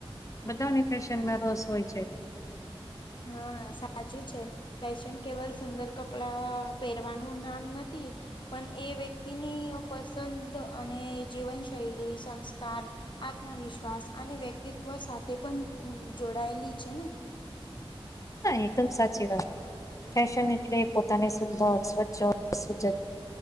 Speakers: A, on the left (about 35°); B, on the left (about 55°).
A: બધાની ફેશનમાં રોસ હોય છે.
B: હા સાચું છે ફેશન કેવલ સુંદર કપડા પહેરવાનું નામ નથી પણ એ વ્યતિ વકતિની પસંદ અને જીવનશૈલી સંસ્કાર આત્મવિશ્વાસ અને વ્યક્તિત્વ સાથે પણ જોડાયેલી છે ને
A: એકદમ સાચી વાત ફેશન એટલે પોતાને સુંદર સ્વચ્છ સુજજ